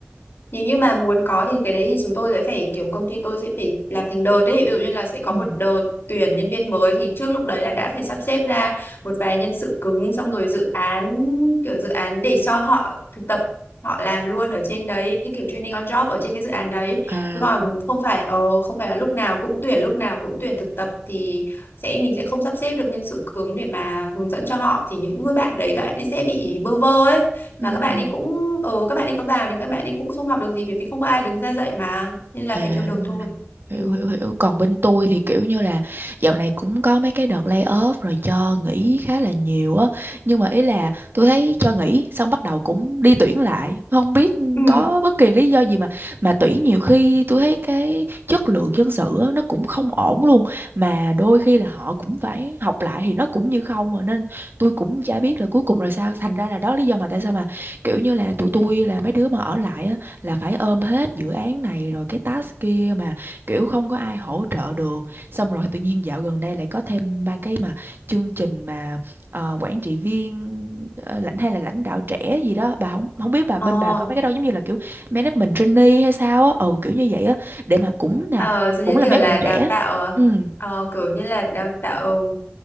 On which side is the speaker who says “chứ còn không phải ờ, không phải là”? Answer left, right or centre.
Left